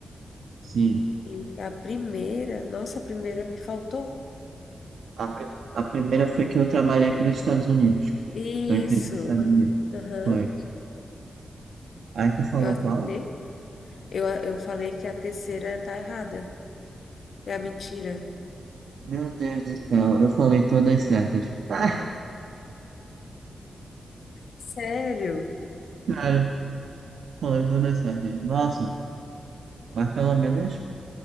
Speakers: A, on the right; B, on the left.
A: Sim.
B: E a primeira, nossa, a primeira me faltou.
A: A, pri- a primeira foi que eu trabalhei para os Estados Unidos.
B: Isso.
A: Uma empresa dos Estados Unidos.
B: Aham,
A: Foi. Aí tu falou
B: Eu acertei.
A: qual?
B: Eu, eu falei que a terceira tá errada. É a mentira.
A: Meu Deus do céu, eu falei todas certas. <laughs> Ah,
B: Sério?
A: Cara, falei todas certas. Nossa, mas pelo menos,